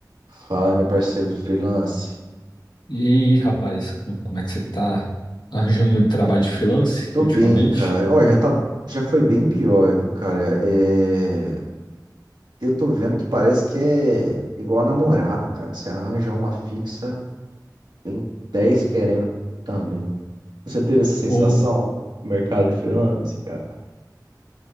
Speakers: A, on the right (about 85°); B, on the left (about 80°).
A: Fala, meu parceiro de freelance.
B: E aí, rapaz, como como é que você tá arranjando muito trabalho de freelance
A: Tô
B: ultimamente?
A: bem, cara. Ó, já tá, já foi bem pior, viu, cara? É, eu tô vendo que parece que é igual a namorada, cara. Você arranja uma fixa, tem 10 querendo também. Você teve essa sensação
B: Ou
A: no mercado de freelance, cara?